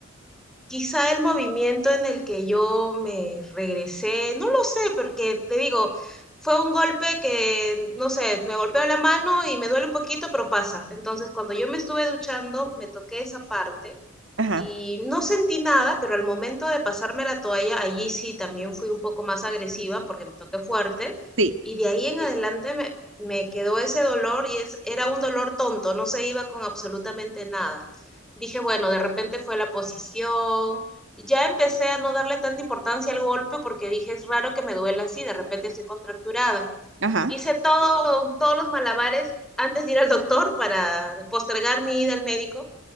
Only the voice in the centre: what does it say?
Quizá el movimiento en el que yo me regresé, no lo sé, porque te digo, fue un golpe que, no sé, me golpeó la mano y me duele un poquito, pero pasa. Entonces, cuando yo me estuve duchando, me toqué esa parte
y no sentí nada, pero al momento de pasarme la toalla, allí sí también fui un poco más agresiva porque me toqué fuerte
y de ahí en Sí. adelante me, me quedó ese dolor y es, era un dolor tonto, no se iba con absolutamente nada. Dije, bueno, de repente fue la posición. Ya empecé a no darle tanta importancia al golpe porque dije, es raro que me duela así, de repente estoy contracturada.
Hice todo, todos los malabares antes de ir al doctor para postergar mi ida al médico